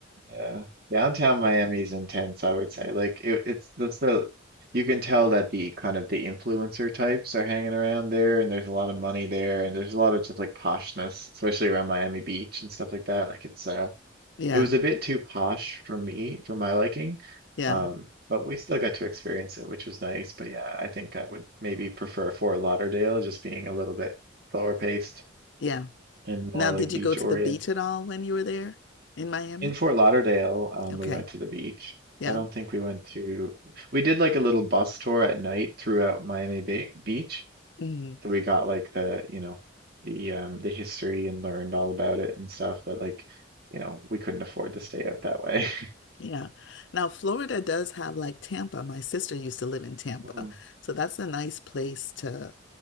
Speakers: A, on the right (about 50°); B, on the left (about 65°).
A: Yeah. Downtown Miami is intense, I would say. Like it, it's that's the you can tell that the kind of the influencer types are hanging around there and there's a lot of money there and there's a lot of just like poshness, especially around Miami Beach and stuff like that. Like it's uh
B: Yeah,
A: it was a bit too posh for me, for my liking.
B: yeah,
A: Um, but we still got to experience it, which was nice. But yeah, I think I would maybe prefer Fort Lauderdale just being a little bit slower paced
B: yeah.
A: and more
B: Now, did
A: like beach
B: you go to
A: oriented.
B: the beach at all when you were there in Miami?
A: In Fort Lauderdale, um,
B: Okay.
A: we went to the beach.
B: Yeah.
A: I don't think we went to, we did like a little bus tour at night throughout Miami Bay Beach.
B: Mhm.
A: So we got like the, you know, the um the history and learned all about it and stuff, but like, you know, we couldn't afford to stay out that way. <laughs>
B: Yeah. Now, Florida does have like Tampa. My sister used to live in Tampa.
A: Mm.
B: So that's a nice place to